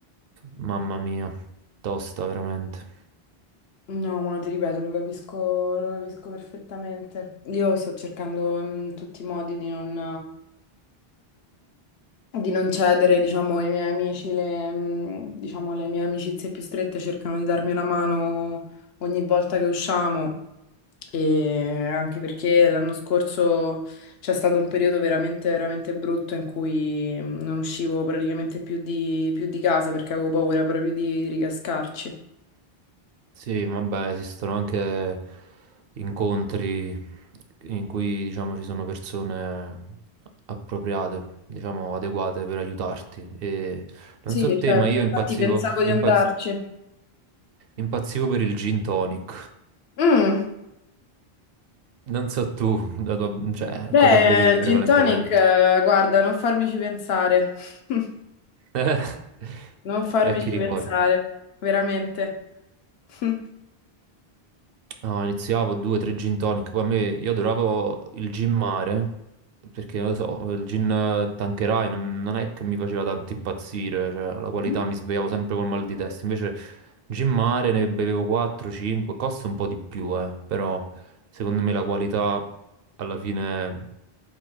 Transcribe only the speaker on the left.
No, ma ti ripeto, lo capisco, lo capisco perfettamente. Io sto cercando in tutti i modi di non, di non cedere, diciamo, ai miei amici, le, mm, diciamo, le mie amicizie più strette cercano di darmi una mano ogni volta che usciamo. E anche perché l'anno scorso c'è stato un periodo veramente, veramente brutto in cui mm, non uscivo praticamente più di, più di casa perché avevo paura proprio di, di ricascarci.
Sì,
certo,
infatti
pensavo di
andarci.
Mm,
Beh,
il
gin tonic, eh, guarda, non farmici pensare. <laughs>
Non farmici
pensare, veramente. <laughs>
Mhm.